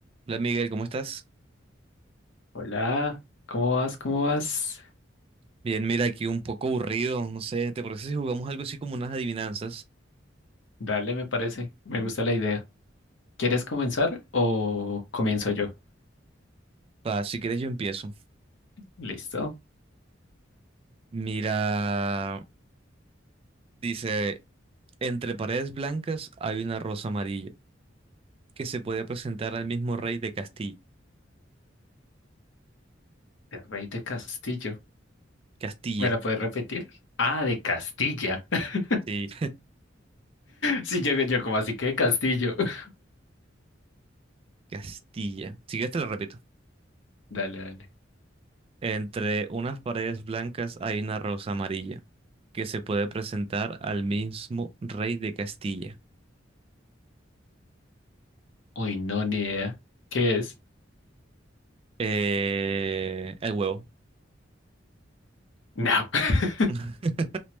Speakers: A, on the right; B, on the left.
A: Hola Miguel, ¿cómo estás?
B: Hola, ¿cómo vas? ¿Cómo vas?
A: Bien, mira, aquí un poco aburrido, no sé, ¿te parece si jugamos algo así como unas adivinanzas?
B: Dale, me parece. Me gusta la idea. ¿Quieres comenzar o comienzo yo?
A: Va, si quieres yo empiezo.
B: Listo.
A: Mira, dice, entre paredes blancas hay una rosa amarilla que se puede presentar al mismo rey de Castilla.
B: El rey de Castillo.
A: Castilla.
B: ¿Me la puedes repetir? Ah, de Castilla. <laughs>
A: Sí,
B: Sí, yo, yo como así que de Castillo. <laughs>
A: Castilla. Si quieres te lo repito.
B: Dale, dale.
A: Entre unas paredes blancas hay una rosa amarilla que se puede presentar al mismo rey de Castilla.
B: Uy, no, ni idea. ¿Qué es?
A: Eh, el huevo.
B: No. <laughs>
A: <laughs>